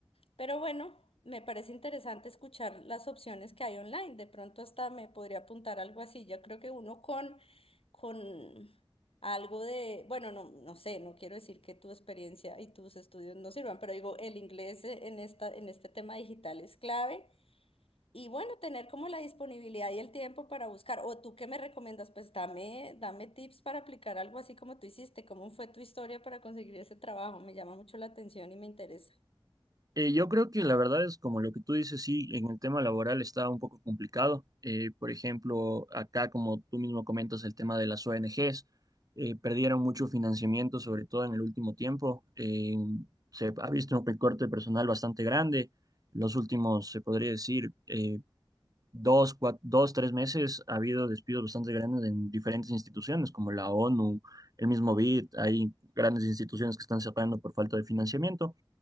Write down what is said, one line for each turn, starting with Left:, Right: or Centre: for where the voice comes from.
Left: Pero bueno, me parece interesante escuchar las opciones que hay online. De pronto hasta me podría apuntar algo así. Yo creo que uno con, con algo de, bueno, no, no sé, no quiero decir que tu experiencia y tus estudios no sirvan, pero digo, el inglés eh, en esta, en este tema digital es clave. Y bueno, tener como la disponibilidad y el tiempo para buscar. O tú qué me recomiendas, pues dame, dame tips para aplicar algo así como tú hiciste. ¿Cómo fue tu historia para conseguir ese trabajo? Me llama mucho la atención y me interesa.
Right: Eh, yo creo que la verdad es como lo que tú dices, sí, en el tema laboral está un poco complicado. Eh, por ejemplo, acá, como tú mismo comentas, el tema de las ONGs, eh, perdieron mucho financiamiento, sobre todo en el último tiempo. Eh, se ha visto un recorte de personal bastante grande. Los últimos, se podría decir, eh, dos, cua- dos, tres meses ha habido despidos bastante grandes en diferentes instituciones, como la ONU, el mismo BID, hay grandes instituciones que están cerrando por falta de financiamiento.